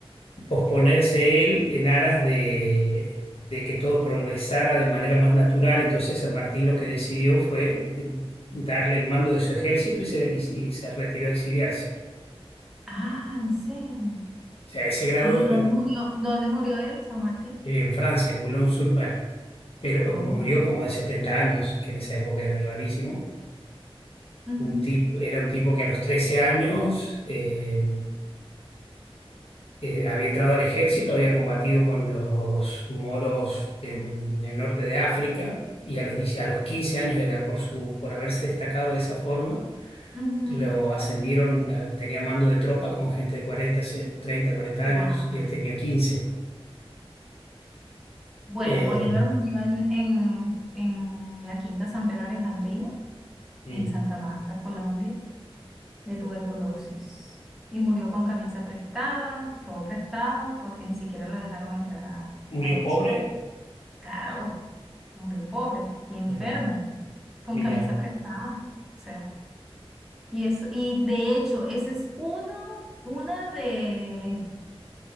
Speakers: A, on the left; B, in the centre.
A: posponerse él en aras de, de que todo progresara de manera más natural. Entonces, San Martín lo que decidió fue eh, darle el mando de su ejército y se, y- y se retiró a exiliarse.
B: Ah, ¿en serio?
A: O sea, a ese grado
B: ¿Y dónde
A: eh,
B: murió, dónde murió él, San Martín?
A: en Francia, en Boulogne-sur-Mer. pero
B: Oh.
A: murió como de 70 años, que en esa época era rarísimo.
B: Ujú,
A: Un tipo, era un tipo que a los 13 años eh, eh, había entrado al ejército, había combatido con los moros en, el norte de África y a los, 10 a los 15 años era por, su, por haberse destacado de esa forma.
B: ujú.
A: Lo ascendieron, a- tenía mando de tropa con gente de cuarenta se- 30, 40 años
B: Wow.
A: y él tenía quince
B: Bueno,
A: Eh,
B: Bolívar murió en, en, en la Quinta San Pedro Alejandrino,
A: y
B: en Santa Marta, Colombia. de tuberculosis y murió con camisa prestada, todo prestado, porque ni siquiera lo dejaron entrar a,
A: murió
B: a Venezuela.
A: pobre,
B: Claro, murió pobre y enfermo,
A: mira,
B: con
A: mira,
B: camisa prestada. O sea, y eso, y de hecho, ese es uno, una de,